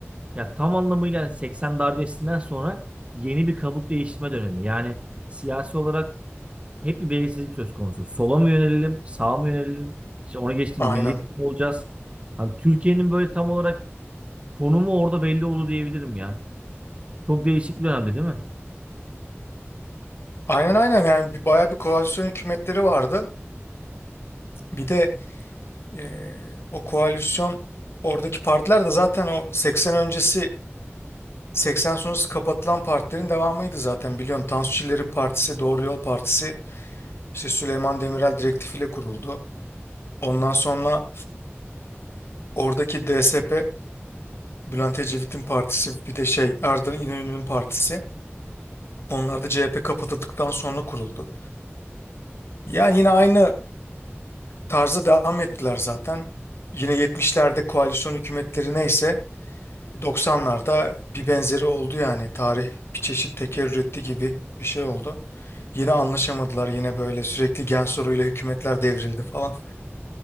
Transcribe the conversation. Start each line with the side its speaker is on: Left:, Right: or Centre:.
Right: ya tam anlamıyla yani 80 darbesinden sonra yeni bir kabuk değiştirme dönemi. Yani siyasi olarak hep bir belirsizlik söz konusu. Sola mı yönelelim, sağa mı yönelelim? İşte onu geçtim
Left: Aynen.
Right: milliyetçi mi olacağız? Hani Türkiye'nin böyle tam olarak konumu orada belli oldu diyebilirim ya. Çok değişik bir dönemdi değil mi?
Left: Aynen aynen yani bir, bayağı bir koalisyon hükümetleri vardı. Bir de e, o koalisyon oradaki partiler de zaten o 80 öncesi 80 sonrası kapatılan partilerin devamıydı zaten biliyorsun. Tansu Çiller'in partisi Doğru Yol Partisi işte Süleyman Demirel direktifiyle kuruldu. Ondan sonra oradaki DSP Bülent Ecevit'in partisi bir de şey Arda İnönü'nün partisi. Onlar da CHP kapatıldıktan sonra kuruldu. Yani yine aynı tarza devam ettiler zaten. Yine 70'lerde koalisyon hükümetleri neyse 90'larda bir benzeri oldu yani. Tarih bir çeşit tekerrür etti gibi bir şey oldu. Yine anlaşamadılar yine böyle sürekli gen soruyla hükümetler devrildi falan.